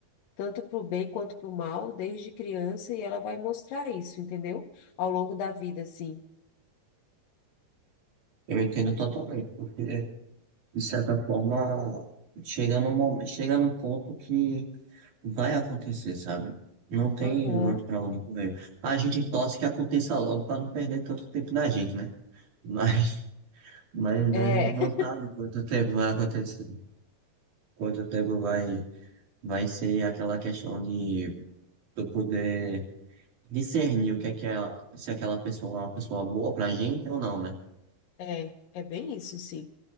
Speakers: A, on the left; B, on the right.
A: tanto para o bem quanto para o mal, desde criança, e ela vai mostrar isso, entendeu? Ao longo da vida, assim.
B: Eu entendo totalmente, porque, de certa forma, chega num, mo- chega num ponto que vai acontecer, sabe? Não tem
A: Aham.
B: muito pra onde correr. A gente torce que aconteça logo pra não perder tanto tempo da gente, né? Mas, mas
A: É.
B: a gente não
A: <laughs>
B: sabe quanto tempo vai acontecer, quanto tempo vai. vai ser aquela questão de eu poder discernir
A: Uhum.
B: o que é que é, se aquela pessoa é uma pessoa boa pra gente ou não, né?
A: É, é bem isso, sim.